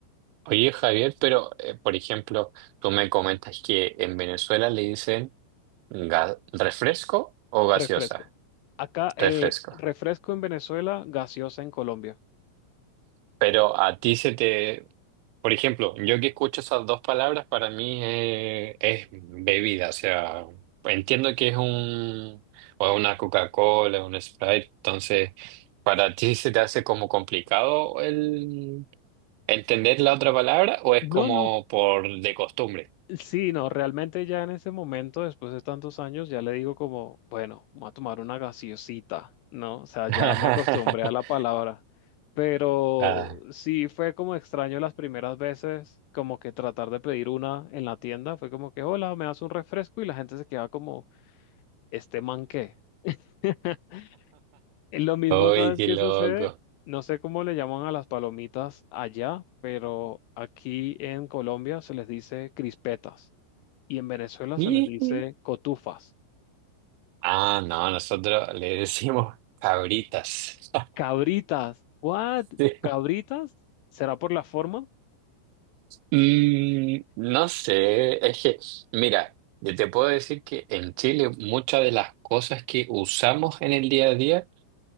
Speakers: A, on the right; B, on the left.
A: Oye, Javier, pero, eh, por ejemplo, tú me comentas que en Venezuela le dicen ga- refresco o gaseosa.
B: Refresco. Acá, eh,
A: Refresco.
B: refresco en Venezuela, gaseosa en Colombia.
A: Pero a ti se te... Por ejemplo, yo que escucho esas dos palabras, para mí eh, es, bebida. O sea, entiendo que es un... o una Coca-Cola, un Sprite. Entonces, ¿para ti se te hace como complicado el entender la otra palabra o es
B: No,
A: como
B: no.
A: por de costumbre?
B: Sí, no, realmente ya en ese momento, después de tantos años, ya le digo como, bueno, voy a tomar una gaseosita, ¿no? O sea,
A: <laughs>
B: ya me acostumbré a la palabra. Pero
A: Ah.
B: sí fue como extraño las primeras veces, como que tratar de pedir una en la tienda, fue como que, hola, me das un refresco y la gente se queda como, ¿este man qué? <laughs> Eh, Lo mismo,
A: Uy,
B: ¿sabes
A: qué
B: qué
A: loco.
B: sucede? No sé cómo le llaman a las palomitas allá, pero aquí en Colombia se les dice crispetas y en Venezuela
A: <laughs>
B: se les dice cotufas.
A: Ah, no, nosotros le decimos cabritas.
B: Cabritas, ¿what?
A: <laughs>
B: ¿Cabritas? ¿Será por la forma?
A: Mm, no sé, es que, mira, yo te puedo decir que en Chile muchas de las cosas que usamos en el día a día